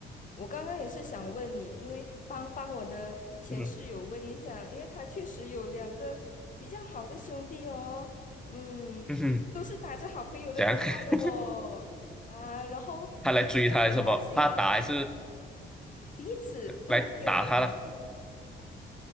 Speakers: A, on the left (about 40°); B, in the centre.
A: 我刚刚也是想问你，因为帮帮我的前室友问一下，
B: 嗯哼
A: 因为他确实有两个比较好的兄弟哦，嗯，
B: 嗯哼，
A: 都是打着好朋友的名号的哦，
B: 怎样？<laughs>
A: 啊，然后
B: 他来追他还是什么？
A: 都很关心，
B: 他打还是
A: 彼此都没有捅破
B: 来打他了。